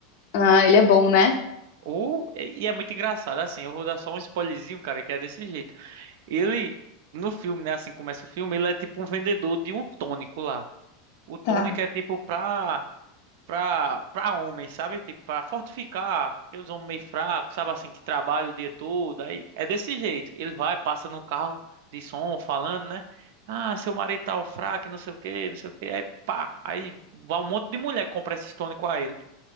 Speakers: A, on the left; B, on the right.
A: Ah, ele é bom, né?
B: Ou, e é muito engraçado, assim, eu vou dar só um spoilerzinho, cara, que é desse jeito. Ele, no filme, né, assim começa o filme, ele é tipo um vendedor de um tônico lá. O tônico
A: Tá.
B: é tipo pra pra, pra homens, sabe? Tipo, pra fortificar aqueles homens meio fracos, sabe assim, que trabalham o dia todo. Aí é desse jeito. Ele vai, passa no carro de som, falando, né? Ah, seu marido tá fraco, e não sei o quê, não sei o quê. Aí pá, aí vai um monte de mulher que compra esse tônico a ele.